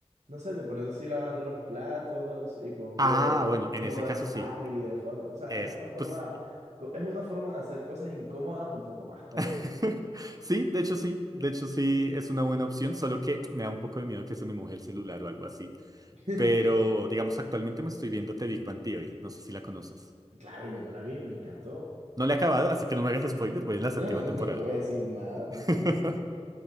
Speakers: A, on the right (about 85°); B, on the right (about 35°).
A: no sé, de poner así lavando los platos y pongo
B: Ah, bueno, en
A: Modern
B: ese caso
A: Family
B: sí.
A: de fondo. O sea,
B: Es,
A: es una forma,
B: pues.
A: co- es una forma de hacer cosas incómodas un poco más cómodas.
B: <laughs> Sí, de hecho sí. De hecho sí es una buena opción, solo que me da un poco de miedo que se me moje el celular o algo así.
A: <laughs>
B: Pero, digamos, actualmente me estoy viendo The Big Bang Theory. No sé si la conoces.
A: Claro, yo me la vi y me encantó.
B: No la he acabado, así que no me hagas spoiler. Voy en la séptima
A: No,
B: temporada.
A: no te voy a decir nada,
B: <laughs>
A: nada al respecto.